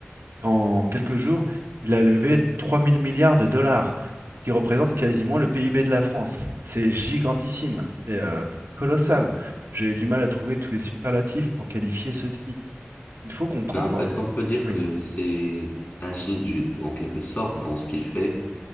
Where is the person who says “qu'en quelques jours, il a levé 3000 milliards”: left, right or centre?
Right